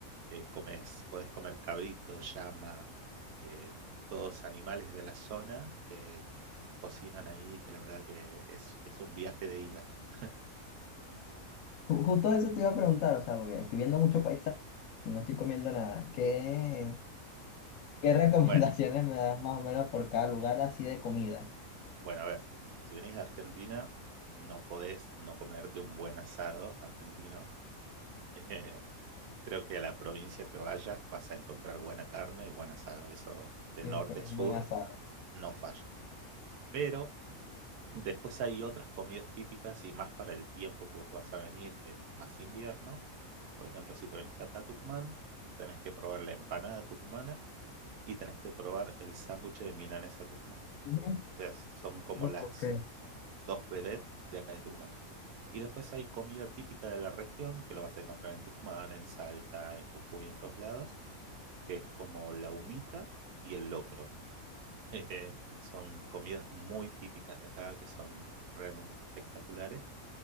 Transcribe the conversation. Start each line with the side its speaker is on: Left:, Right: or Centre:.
Right: eh, comes, podés comer cabrito, llama, eh, todos animales de la zona que cocinan ahí, que la verdad que es, es un viaje de ida. <laughs>
Left: Ju- Justo eso te iba a preguntar, o sea, porque estoy viendo mucho paisaje y no estoy comiendo nada. ¿Qué, qué <laughs> recomendaciones
Right: Bueno,
Left: me das más o menos por cada lugar así de comida?
Right: bueno, a ver, si venís a Argentina, no podés no comerte un buen asado argentino. <laughs> Eh, creo que a la provincia que vayas vas a encontrar buena carne y buen asado. Eso de
Left: Siempre
Right: norte a sur
Left: es un buen asado.
Right: no falla. Pero después hay otras comidas típicas y más para el tiempo que vos vas a venir, que es más invierno. Por ejemplo, si te venís acá a Tucumán, tenés que probar la empanada tucumana y tenés que probar el sándwich de milanesa tucumán.
Left: Ujú.
Right: O sea, son como
Left: Ok,
Right: las dos vedettes de acá de Tucumán. Y después hay comida típica de la región, que lo vas a encontrar en Tucumán, en Salta, en Jujuy, en todos lados, que es como la humita y el locro. Eh, son comidas muy típicas de acá, que son realmente espectaculares.